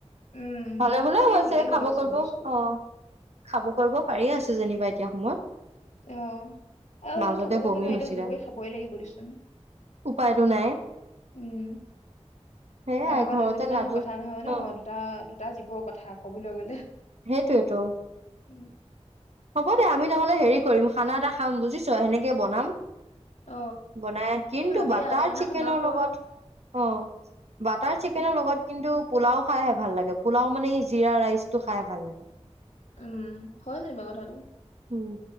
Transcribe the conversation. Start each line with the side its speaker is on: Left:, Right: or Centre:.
Left: উম
Right: ভালে
Left: ভালকে
Right: বোলেও আ হৈছে
Left: হলেই
Right: খাব
Left: হ'ল আৰু চব
Right: কৰিব
Left: বস্তু
Right: অ খাব কৰিব পাৰিয়ে আছে যেনিবা এতিয়া সময়ত।
Left: আহ আৰু
Right: মাজতে
Left: এনেও খাব কৰিব
Right: বমি
Left: নোৱাৰিলে
Right: হৈছিলে
Left: জোৰ কৰি খাবই লাগিব দেচোন।
Right: উপায়তো নাই
Left: উম
Right: সেয়াই
Left: কাৰণ অকল
Right: ঘৰতে
Left: এজনী
Right: লাডু
Left: মানুহৰ কথা নহয় ন,
Right: অ
Left: দুটা দুটা জীৱৰ কথা কবলৈ গলে।
Right: সেইটোৱে টো
Left: উম
Right: হ'ব দে আমি নহ'লে হেৰি কৰিম খানা এটা খাম বুজিছ সেনেকে বনাম।
Left: অ
Right: বনাই কিন্তু
Left: মই ভাবিয়ে
Right: বাটাৰ
Left: আছো ন
Right: চিকেনৰ
Left: আমাৰ খোৱা
Right: লগত অ বাটাৰ চিকেনৰ
Left: হে
Right: লগত কিন্তু পোলাও খাইহে ভাল লাগে পোলাও মানে এই জিৰা ৰাইচ টো খাই ভাল লাগে।
Left: উম হয় যেনিবা কথাটো।
Right: উম